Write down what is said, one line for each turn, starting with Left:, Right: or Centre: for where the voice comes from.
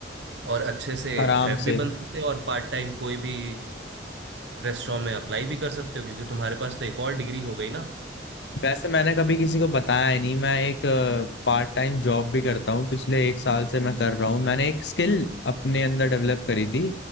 Right: और अच्छे से
Left: आराम
Right: शेफ
Left: से
Right: भी बन सकते हो और पार्ट टाइम कोई भी रेस्टोरेंट में अप्लाई भी कर सकते हो क्योंकि तुम्हारे पास तो एक और डिग्री हो गई ना
Left: वैसे मैंने कभी किसी को बताया ही नहीं मैं एक पार्ट टाइम जॉब भी करता हूँ पिछले एक साल से मैं कर रहा हूँ मैंने एक स्किल अपने अंदर डेवलप करी थी